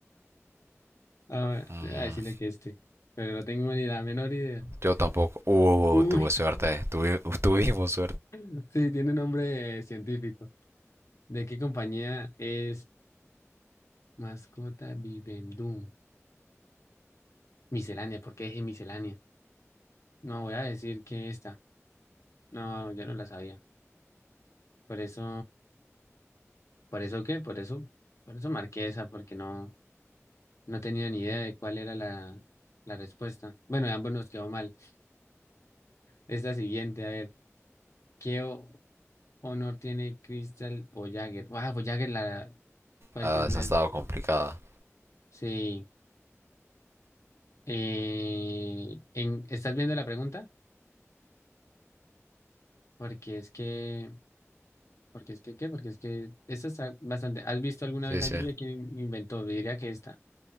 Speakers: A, on the left; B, on the right.
A: Ahora,
B: Mm,
A: voy a decirle que este. Pero no tengo ni la menor idea.
B: yo tampoco. Uh,
A: Uy,
B: tuve suerte. tuvi- <laughs> tuvimos suerte.
A: <laughs> sí, tiene nombre eh, científico. ¿De qué compañía es? Mascota Vivendum. Miscelánea, ¿por qué dije miscelánea? No, voy a decir que esta. No, ya no la sabía. Por eso, ¿por eso qué? Por eso, por eso marqué esa, porque no, no tenía ni idea de cuál era la, la respuesta. Bueno, ambos nos quedó mal. Esta siguiente, a ver, ¿qué o- honor tiene Crystal Voyager? Ah, Voyager la, fue
B: Ah,
A: el primer.
B: esa estaba complicada.
A: Sí. Eh, en, ¿estás viendo la pregunta? Porque es que Porque es que, ¿qué? Porque es que esta está bastante. ¿Has visto alguna
B: Sí,
A: vez la
B: sí.
A: lluvia? ¿Quién inventó? Yo Diría que esta,